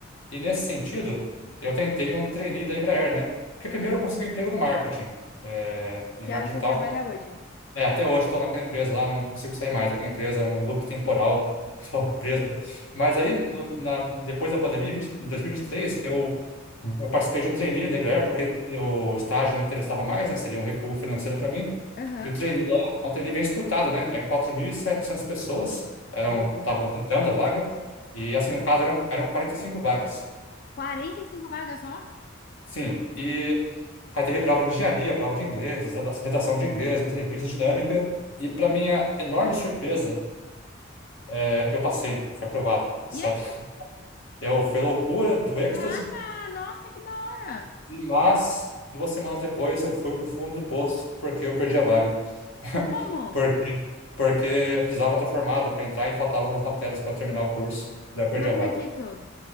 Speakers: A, on the left; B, on the left.
A: E nesse sentido, eu tentei um trainee da Embraer, né? Porque primeiro eu consegui um emprego no marketing, é, em
B: Que
A: marketing
B: é onde você
A: digital,
B: trabalha hoje.
A: é, até hoje estou naquela empresa lá, não consigo sair mais daquela empresa, é um loop temporal, <laughs> estou preso. ali. Mas aí, no- na- depois da pandemia, 20 em 2023, eu, eu participei de um trainee da Embraer, porque o estágio não interessava mais, né? Seria um recuo financeiro para mim.
B: Aham.
A: E o trainee lá é um trainee bem disputado, né? É 4.700 pessoas eram
B: Meu Deus.
A: estavam tentando a vaga, e assim, no caso, eram, eram 45 vagas.
B: 45 vagas só?
A: Sim, e aí teve prova de engenharia, prova de inglês, redação de inglês, entrevista dinâmica, e para minha enorme surpresa, eh, eu passei, eu fui aprovado, sabe?
B: E aí?
A: Eu fui a loucura do êxtase,
B: Caraca, nossa, que da hora!
A: e- mas duas semanas depois eu fui pro fundo do poço, porque eu perdi a vaga. <laughs>
B: Como?
A: Porque, porque eu precisava estar formado para entrar e faltava algumas matérias para terminar o curso, daí eu perdi
B: Não acredito.
A: a vaga.